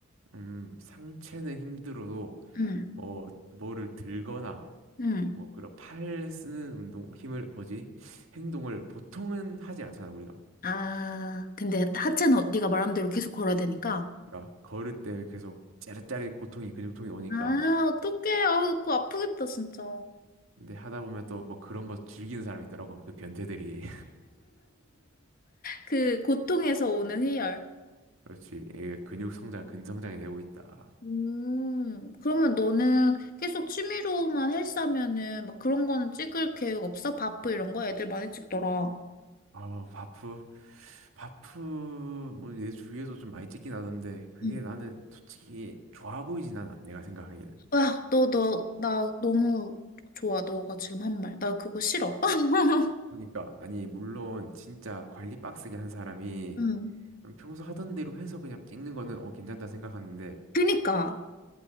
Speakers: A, on the right (about 75°); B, on the left (about 45°).
A: 음, 상체는 힘들어도
B: 응,
A: 뭐, 뭐를 들거나
B: 응.
A: 뭐, 그런 팔 쓰는 운동, 힘을, 뭐지? 행동을 보통은 하지 않잖아, 우리가.
B: 아, 근데 하체는 어- 네가 말한 대로 계속 걸어야 되니까.
A: 그러니까 걸을 때 계속 짜릿짜릿 고통이, 근육통이 오니까
B: 아,
A: 막
B: 어떡해. 아, 그거 아프겠다, 진짜.
A: 근데 하다 보면 또 뭐 그런 거 즐기는 사람이 있더라고. 그 변태들이.
B: 그 고통에서 오는 희열.
A: 그렇지. 이게 근육 성장, 근성장이 되고 있다.
B: 음, 그러면 너는 계속 취미로만 헬스하면은 막 그런 거는 찍을 계획 없어? 바프 이런 거? 애들 많이 찍더라.
A: 아, 뭐 바프, 바프, 뭐, 내 주위에서 좀 많이 찍긴 하던데, 그게
B: 응.
A: 나는 솔직히 좋아 보이진 않아, 내가 생각하기에는.
B: 와, 너, 너, 나 너무 좋아. 너가 지금 한 말. 나 그거 싫어. <laughs>
A: 그러니까, 아니, 물론, 진짜 관리 빡세게 한 사람이
B: 응.
A: 음, 평소 하던 대로 해서 그냥 찍는 거는, 어, 괜찮다 생각하는데,
B: 그니까.